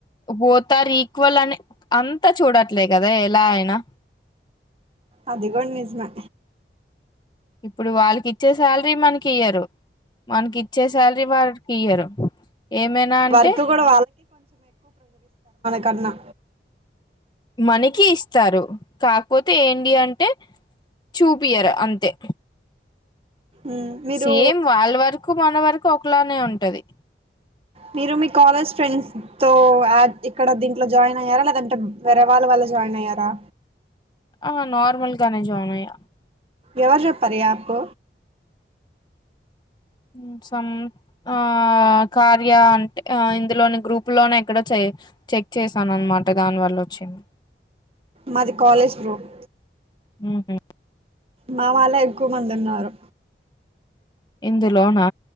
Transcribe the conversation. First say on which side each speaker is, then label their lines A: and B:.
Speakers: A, on the left (about 25°); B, on the right (about 35°).
A: both are equal అని అంతా చూడట్లే కదా ఎలా అయినా
B: అది కూడ నిజమే
A: ఇప్పుడు వాళ్ళకి ఇచ్చే శాలరీ మనకి ఇయ్యరు మనకి ఇచ్చే శాలరీ వారికి ఇయ్యరు ఏమైనా అంటే
B: వర్క్ కూడా కన్నా
A: మనకి ఇస్తారు కాకపోతే ఏంటి అంటే చూపియరు అంతే
B: ఉమ్ మీరు
A: సేమ్ వాళ్ళ వరకు మనవరకు కోక్లానే ఉంటది
B: మీరు మీ కాలేజ్ ఫ్రెండ్స్ తో యా ఇక్కడ దీంట్లో జాయిన్ అయ్యారా లేదంటే వేరే వాళ్ళ వల్ల జాయిన్ అయ్యారా
A: ఆ నార్మల్గానే జాయినయ్య
B: ఎవరు చెప్పారు ఈ యాప్
A: ఆహ్ సమ్ ఆ కార్య అంటే ఇందులోని గ్రూప్ లోనే ఎక్కడ చే చెక్ చేసాను అనమాట దానివల్ల వచ్చింది.
B: మాది కాలేజ్ గ్రూప్
A: హుహ్
B: మా వాళ ఎక్కువ మంది ఉన్నారు.
A: ఇందులోనా